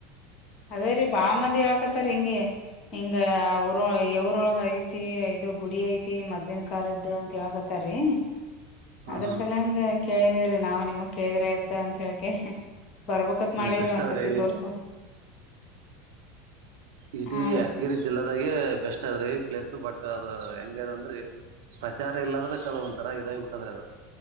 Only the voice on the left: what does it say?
ಅದೇ ರೀ ಬಾ ಮಂದಿ ಹೇಳಕತ್ತರಿ ಹಿಂಗೆ ಹಿಂಗ ಅವರೊಳ ಈ ಊರೋಳಗ ತಿ ಇದು ಗುಡಿ ಐತಿ ಮೊದ್ಲೀನ್ ಕಾಲದ ಅಂತ ಹೇಳಕತ್ತಾರೀ
ಅದ್ರ
ಸಲಂದ ಕೇಳಿದಿವಿರಿ ನಾವು ನಿಮ ಕೇಳಿದ್ರ ಆಯ್ತ ಅಂತ ಹೇಳ್ಕೆಸಿ ಬರ್ಬೇಕತ್
ಮಾಡೀವಿರಿ
ಒಂದ್ಸತಿ
ತೋರ್ಸು
ಹಾ
ರೀ